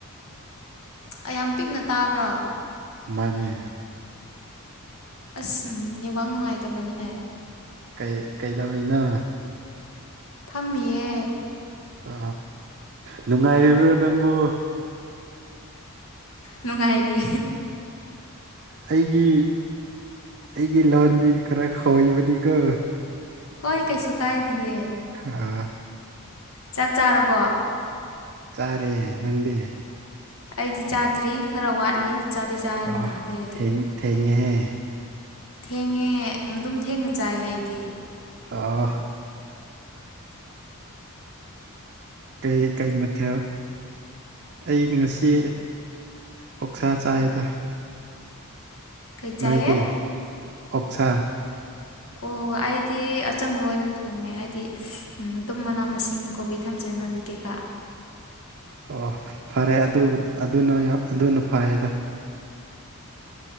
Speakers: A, on the left; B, on the right.
A: ꯑꯣ ꯌꯥꯝ ꯄꯤꯛꯅ ꯇꯥꯕ꯭ꯔꯣ
B: ꯃꯥꯅꯦ
A: ꯑꯁ ꯎ ꯅꯦꯠꯋꯥꯛ ꯅꯨꯡꯉꯥꯏꯇꯕꯒꯤꯅꯦ
B: ꯀꯩ ꯀꯩꯗꯧꯔꯤꯅꯣ
A: ꯊꯝꯃꯤꯌꯦ
B: ꯑ ꯅꯨꯡꯉꯥꯏꯔꯤꯕ꯭ꯔꯣ ꯅꯪꯕꯨ
A: ꯅꯨꯡꯉꯥꯏꯔꯤ
B: ꯑꯩꯒꯤ ꯑꯩꯒꯤ ꯂꯣꯟꯗꯤ ꯈꯔ ꯈꯣꯏꯕꯅꯤꯒ
A: ꯍꯣꯏ ꯀꯩꯁꯨ ꯀꯥꯏꯗꯌꯦ
B: ꯎꯝ
A: ꯆꯥꯛ ꯆꯥꯔꯕꯣ
B: ꯆꯥꯔꯦ ꯅꯪꯗꯤ
A: ꯑꯩꯗꯤ ꯆꯥꯗ꯭ꯔꯤ ꯈꯔ ꯋꯥꯠꯂꯤ ꯆꯥꯗꯤ ꯆꯥꯔꯅꯤ
B: ꯑ
A: ꯉꯥꯏꯍꯥꯛ ꯂꯩꯔꯗꯤ
B: ꯊꯦꯡ ꯊꯦꯡꯦꯍꯦ
A: ꯊꯦꯡꯉꯦ ꯑꯗꯨꯝ ꯊꯦꯡꯅ ꯆꯥꯏꯌꯦ ꯑꯩꯗꯤ
B: ꯑꯥ ꯀꯩ ꯀꯩ ꯃꯊꯦꯜ ꯑꯩ ꯉꯁꯤ ꯑꯣꯛꯁꯥ ꯆꯥꯏꯗ
A: ꯀꯩ ꯆꯥꯏꯌꯦ
B: ꯅꯣꯏꯗꯤꯦ ꯑꯣꯛꯁꯥ
A: ꯑꯣ ꯑꯩꯗꯤ ꯑꯆꯝꯕ ꯑꯣꯏꯅ ꯊꯣꯡꯉꯦ ꯍꯥꯏꯗꯤ ꯇꯨꯝ ꯃꯅꯥ ꯃꯁꯤꯡ ꯀꯣꯕꯤ ꯏ ꯊꯝꯖꯦꯟ ꯃꯝꯕꯤ ꯀꯩꯀꯥ
B: ꯑꯣ ꯐꯔꯦ ꯑꯗꯨ ꯑꯗꯨꯅ ꯑꯗꯨꯅ ꯐꯌꯦꯗ